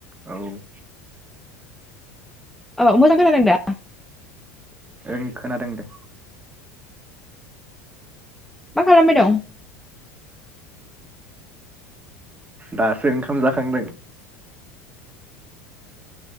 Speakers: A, on the right (about 20°); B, in the centre.
A: औ
B: अ मोजां खोनादों दा
A: ओं खोनादों दे
B: मा खालामबाय दं
A: दासो ओंखाम जाखांदों